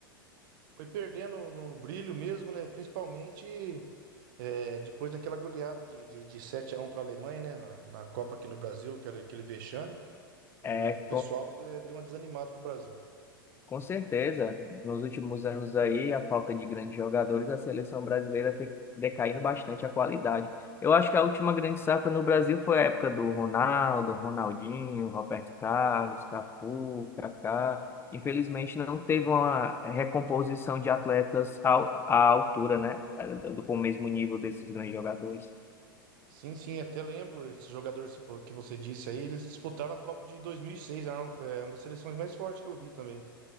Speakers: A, on the right (about 60°); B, on the left (about 20°).
A: foi perdendo no brilho mesmo, né? Principalmente é, depois daquela goleada de, de, de 7x1 para a Alemanha, né? Na, na Copa aqui no Brasil, aquele, aquele vexame. O
B: é
A: pessoal é, deu uma desanimada com o Brasil.
B: Com certeza, nos últimos anos aí, a falta de grandes jogadores, a seleção brasileira tem decaído bastante a qualidade. Eu acho que a última grande safra no Brasil foi a época do Ronaldo, Ronaldinho, Roberto Carlos, Cafu, Kaká. Infelizmente, não teve uma recomposição de atletas ao- à altura, né? Do, do, com o mesmo nível desses grandes jogadores.
A: Sim, sim, até lembro esse jogador esse po- que você disse aí. Eles disputaram a Copa de 2006, era um- é uma das seleções mais fortes que eu vi também.